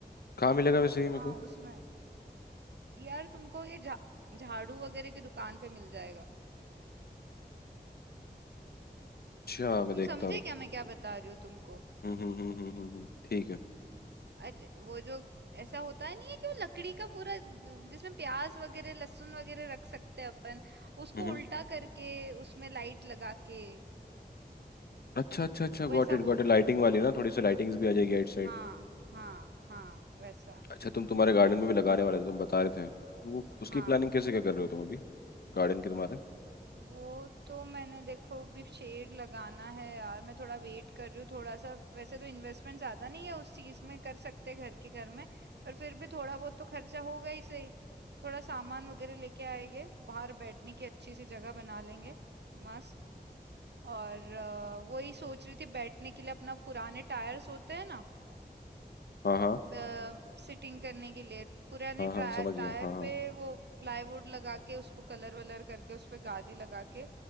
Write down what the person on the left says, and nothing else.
कहाँ मिलेगा वैसे ये मेरे
को
अच्छा मैं
देखता
हूँ
हम्म हम्म हम्म हम्म हम्म, हम्म, ठीक है
हम्म
अच्छा अच्छा अच्छा
got it
got it
lighting
वाली ना थोड़ी सी लाइटिंग्स भी आ जाएगी आउट साइड।
अच्छा तुम तुम्हारे गार्डन में भी लगाने वाले थे तुम बता रहे थे तो वो उसकी
प्लानिंग कैसे क्या कर रहे हो तुम अभी गार्डन की तुम्हारे
हाँ हाँ
हाँ हाँ
समझ गया
हाँ हाँ